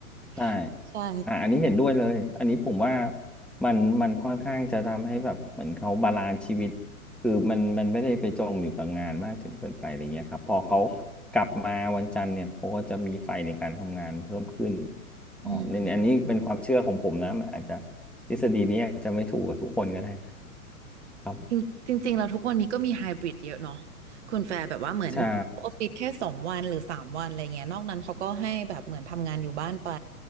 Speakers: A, in the centre; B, on the right.
A: ใช่
B: <laughs> ใช่
A: อ่ะอันนี้เห็นด้วยเลยอันนี้ผมว่ามันมันค่อนข้างจะทำให้แบบเหมือนเขาบาลานซ์ชีวิตคือมันมันไม่ได้ไปจมอยู่กับงานมากจนเกินไปอะไรเงี้ยครับพอเขากลับมาวันจันทร์เนี่ยเขาก็จะมีไฟในการทำงานเพิ่มขึ้นอ๋อในในอันนี้เป็นความเชื่อของผมนะมันอาจจะ
B: อืม
A: ทฤษฎีนี้อาจจะไม่ถูกกับทุกคนก็ได้ครับ
B: จริงจริงๆเราทุกวันนี้ก็มีไฮบริดเยอะเนาะคุณแฟร์แบบว่าเหมือนออฟฟิศแค่สองวันหรือสามวันอะไรเงี้ยนอกนั้นเขาก็ให้แบบเหมือนทำงานอยู่บ้านไป
A: ใช่